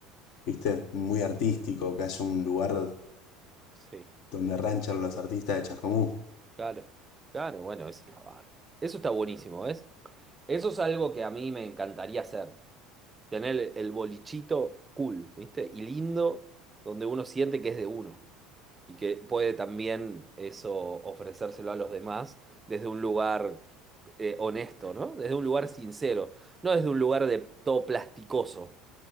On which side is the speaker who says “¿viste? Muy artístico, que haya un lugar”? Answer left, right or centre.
Left